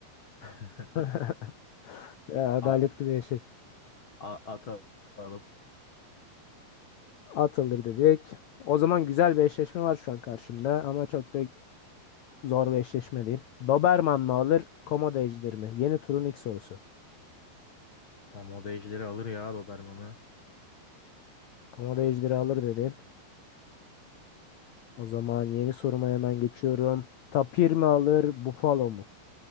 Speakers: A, on the left; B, on the left.
A: <laughs>
B: <laughs> Ya, Adaletli
A: At,
B: bir eşleşme.
A: a, at alalım.
B: At alır dedik. O zaman güzel bir eşleşme var şu an karşımda ama çok da zor bir eşleşme değil. Doberman mı alır, Komodo ejderi mi? Yeni turun ilk sorusu.
A: Komodo ejderi alır ya Doberman'ı.
B: Komodo ejderi alır dedin. O zaman yeni soruma hemen geçiyorum. Tapir mi alır, Buffalo mu?